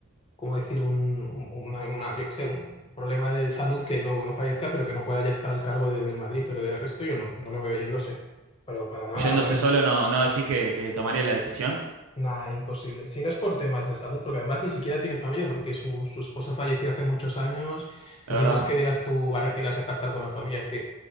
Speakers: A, on the left; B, on the right.
A: ¿cómo decir? Un, un- una, una- yo qué sé, un problema de salud que no, no fallezca, pero que no pueda ya estar al cargo de- del Madrid. Pero de resto yo no, no lo veo yéndose. Pero para nada,
B: Yéndose
A: a menos.
B: solo, no, no decís que, que tomaría la decisión,
A: Nada, imposible. Si no es por temas de salud, porque además ni siquiera tiene familia, porque su, su esposa falleció hace muchos años. Entonces
B: la verdad.
A: no es que digas tú va a retirarse para estar con la familia, es que